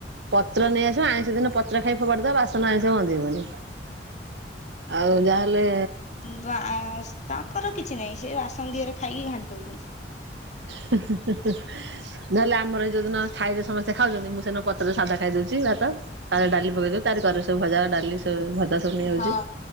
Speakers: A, on the right (about 85°); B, on the left (about 40°).
A: ପତ୍ର ନେଇଆସିବ, ଆଇଁଷ ଦିନ ପତ୍ରରେ ଖାଇ ଫୋପାଡ଼ି ଦବ, ବାସନ ଆଇଁଷ ଗନ୍ଧେଇବନି। ଆଉ ଯାହାହେଲେ
B: ବାସ ସ୍କ। ତାଙ୍କର କିଛି ନାହିଁ, ସିଏ ବାସନ ଦିହରେ ଖାଇକି ଘାଣ୍ଟି ଦଉଛନ୍ତି।
A: ହେ-ହେ-ହେ-ହେ-ହେଁ ନହେଲେ ଆମର ଯୋଉଦିନ ଥାଇରେ ସମସ୍ତେ ଖାଉଚନ୍ତି ମୁଁସେନ ପତ୍ରରେ ସାଧା ଖାଇଦୋଉଚି ଭାତ। ତାପରେ ଡାଲି ପକେଇଦବୁ, ତାରି କରରେ ସବୁ ଭଜା, ଡାଲି ସବୁ ଭ ଜା ସବୁ ନେଇ ଆଉଛି,
B: ହଁ।